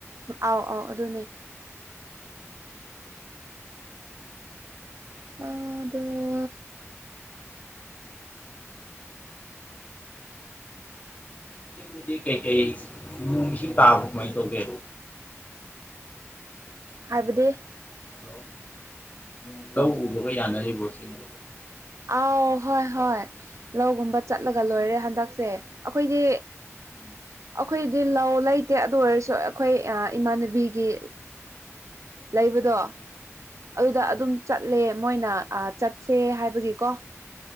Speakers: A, on the right; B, on the left.
A: ꯑꯥꯎ ꯑꯥꯎ ꯑꯗꯨꯅꯦ꯫ ꯃꯥꯗꯣ
B: ꯆꯤꯡꯗꯥꯗꯤ ꯀꯩꯀꯩ ꯅꯣꯡ ꯏꯁꯤꯡ ꯇꯥꯕ꯭ꯔꯥ ꯀꯃꯥꯏꯅ ꯇꯧꯒꯦ꯫
A: ꯍꯥꯏꯕꯗꯤ꯫
B: ꯍꯜꯂꯣ ꯅꯣꯡ ꯂꯧ ꯎꯕꯒ ꯌꯥꯅꯔꯤꯕꯣ ꯁꯤꯅꯤ꯫
A: ꯑꯥꯎ ꯍꯣꯏ ꯍꯣꯏ꯫ ꯂꯧꯒꯨꯝꯕ ꯆꯠꯂꯒ ꯂꯣꯏꯔꯦ ꯍꯟꯗꯛꯁꯦ ꯑꯩꯈꯣꯏꯗꯤ꯫
B: ꯎꯝ
A: ꯑꯩꯈꯣꯏꯗꯤ ꯂꯧ ꯂꯩꯇꯦ ꯑꯗꯨ ꯑꯣꯏꯔꯁꯨ ꯑꯩꯈꯣꯏ ꯏꯃꯥꯟꯅꯕꯤꯒꯤ꯫ ꯂꯩꯕꯗꯣ꯫ ꯑꯗꯨꯗ
B: ꯎꯝ
A: ꯑꯗꯨꯝ ꯆꯠꯂꯦ ꯃꯣꯏꯅ ꯑꯥ ꯆꯠꯁꯦ ꯍꯥꯏꯕꯒꯤꯀꯣ꯫